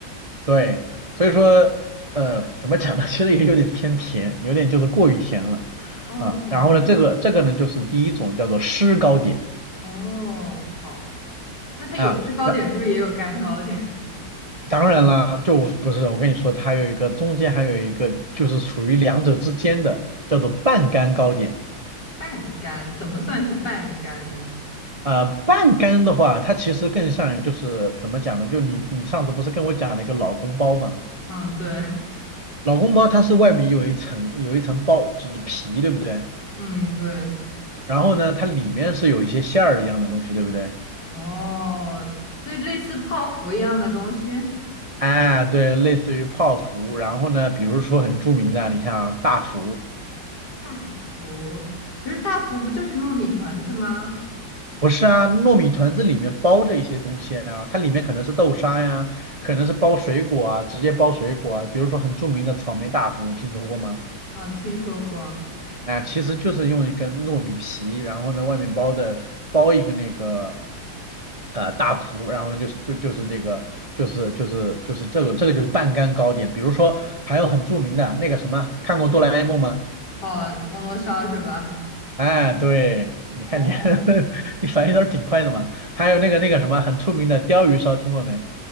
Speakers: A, on the right; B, on the left.
A: 对，所以说呃怎么讲呢，<laughs> 其实也有点偏甜，有点就是过于甜了
B: 哦，
A: 啊。然后呢，
B: 这
A: 这个这个呢就是第一种叫做湿糕点
B: 哦好，那它有制高点，
A: 啊，然
B: 是不是也有干糕点？
A: 当然啦，就我不是我跟你说，它还有一个中间还有一个就是处于两者之间的叫做半干糕点。
B: 半干，怎么算是半干呢？
A: 呃，半干的话，它其实更像于就是怎么讲呢？就你你上次不是跟我讲了一个老公包吗？
B: 嗯，对，
A: 老公包它是外面有一层有一层包，就是皮，对不对？
B: 嗯，对，
A: 然后呢，它里面是有一些馅儿一样的东西，对不对？
B: 哦，所以类似泡芙一样的东西，
A: 哎，对，类似于泡芙。然后呢，比如说很著名的，你像大福，
B: 大福，可是大福不就是糯米团子吗？
A: 不是啊，糯米团子里面包着一些东西啊，它里面可能是豆沙呀，可能是包水果啊，直接包水果啊。比如说很著名的草莓大福，听说过吗？
B: 啊，听说过，
A: 啊，其实就是用一根糯米皮，然后呢外面包的包一个那个呃大蒲，然后呢就是就就是这个就是就是就是这个这个就是半干糕点。比如说还有很著名的那个什么，看过哆啦 A 梦吗？
B: 哦，铜锣烧是吧？
A: 哎，对，你看你
B: 哦，
A: <laughs> 你反应倒是挺快的嘛。还有那个那个什么很出名的鲷鱼烧，听过没？